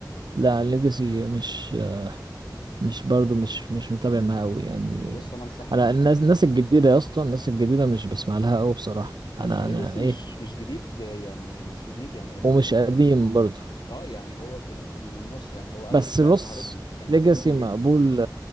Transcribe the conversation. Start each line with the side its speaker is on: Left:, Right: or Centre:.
Right: لا ليجاسي مش مش برضو مش مش متابع معاه أوي يعني
Left: يعني بص انا انصحك
Right: أنا
Left: بقى
Right: الناس الناس الجديدة
Left: تسمع
Right: يا اسطى الناس الجديدة مش بسمع لها أوي بصراحة
Left: بس
Right: أنا
Left: ليجاسي
Right: أنا إيه
Left: مش مش جديد يعني مش جديد يعني قديم
Right: ومش
Left: شويه
Right: قديم برضو
Left: اه يعني هو في ال- في النص يعني هو اول
Right: بس
Left: اغنيه
Right: بص
Left: ظهرته كانت
Right: ليجاسي
Left: 2 بالليل
Right: مقبول